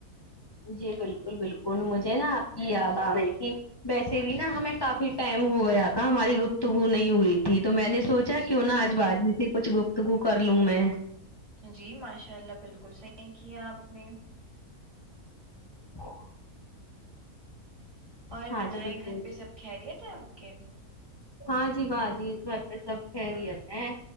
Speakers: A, on the left; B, on the right.
A: جی بالکل بالکل مجھے نا آپ کی یاد آرہی تھی ویسے بھی نا ہمیں
B: جی
A: کافی ٹائم ہو گیا تھا ہماری گفتگو نہیں ہوئی تھی تو میں نے سوچا
B: جی
A: کیوں نا آج باجی سے کچھ گفتگو کر لوں میں
B: جی ماشاء اللہ بالکل صحیح کیا آپ نے
A: <inaudible>
B: اور
A: ہاں
B: بتائیں
A: جی بالکل
B: گھر پہ سب خیریت ہے آپ کے
A: ہاں جی باجی گھر پہ سب خیریت ہیں